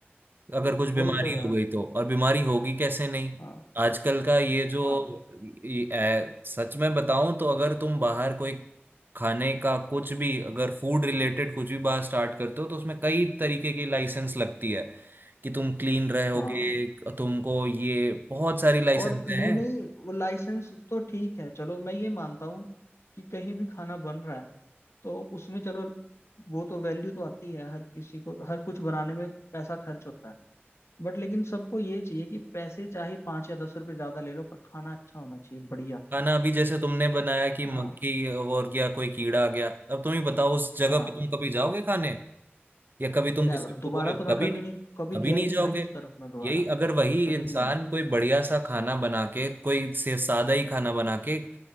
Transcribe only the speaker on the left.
वही तो यार
हाँ
हाँ
हाँ
और नहीं
नहीं वो लाइसेंस तो ठीक है चलो मैं ये मानता हूँ कि कहीं भी खाना बन रहा है तो उसमें चलो वो तो वैल्यू तो आती है हर किसी को हर कुछ बनाने में पैसा खर्च होता है बट लेकिन सबको ये चाहिए कि पैसे चाहे पाँच या दस रुपए ज्यादा ले लो पर खाना अच्छा होना चाहिए बढ़िया
हाँ
हाँ
नेवर
दोबारा
तो मैं
कभी
नहीं कभी
गया
ही नहीं
भाई उस तरफ मैं दोबारा
कभी
नहीं गया